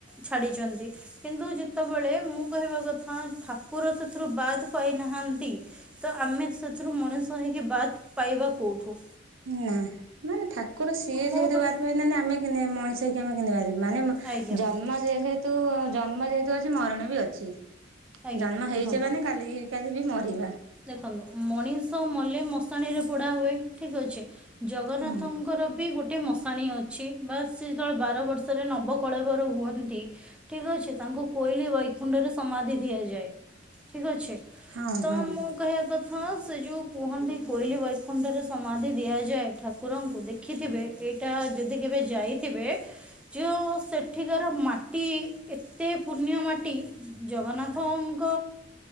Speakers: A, in the centre; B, on the right.
A: ଛାଡ଼ିଚନ୍ତି କିନ୍ତୁ ଯେତେବେଳେ ମୁଁ କହିବା କଥା। ହଁ ଠାକୁର ସେଥିରୁ ବାଦ୍ ପାଇନାହାନ୍ତି। ତ ଆମେ ସେଥିରୁ ମଣିଷ ହେଇକି ବାଦ୍ ପାଇବା କୋଉଠୁ।
B: ନା ମାନେ ଠାକୁର ସିଏ
A: ମୁଁ
B: ଯେହେତୁ
A: କହ
B: ବାଦ୍ ପାଇ ନା ନା ଆମେ କେମିତି ମଣିଷ ହେଇ କିି ଆମେ କେମିତି <unintelligible> ମାନେ
A: ଆଜ୍ଞା
B: ଜନ୍ମ ଯେହେତୁ ଜନ୍ମ ଯେହେତୁ ଅଛ ମରଣ ବି ଅଛି
A: ଆଜ୍ଞା
B: ଜନ୍ମ ହେଇଚେ
A: ଦେଖନ୍ତୁ
B: ମାନେ କାଲିକି କାଲି ବି ମରିବା।
A: ଦେଖନ୍ତୁ ମଣିଷ ମଲେ ମଶାଣିରେ ପୋଡା ହୁଏ ଠିକ୍ ଅଛି ଜଗନ୍ନାଥ
B: ହଁ
A: ତାଙ୍କର ବି ଗୋଟେ ମଶାଣି ଅଛି ବା ସେ ଯେତେବେଳେ ବାର ବର୍ଷରେ ନବକଳେବର ହୁଅନ୍ତି। ଠିକ୍ ଅଛି ତାଙ୍କୁ କୋଇଲି ବୈକୁଣ୍ଠରେ ସମାଧି ଦିଆଯାଏ ଠିକ୍ ଅଛି।
B: ହଁ
A: ତ
B: ହଁ
A: ମୁଁ। କହିବା କଥା ସେ ଯଉ କୁହନ୍ତି କୋଇଲି ବୈକୁଣ୍ଠରେ ସମାଧି ଦିଆଯାଏ। ଠାକୁରଙ୍କୁ ଦେଖିଥିବେ ଏଇଟା ଯଦି କେବେ ଯାଇଥିବେ। ଯୋଉ ସେଠିକାର ମାଟି ଏତେ ପୁଣ୍ୟ ମାଟି। ଜଗନ୍ନାଥଙ୍କ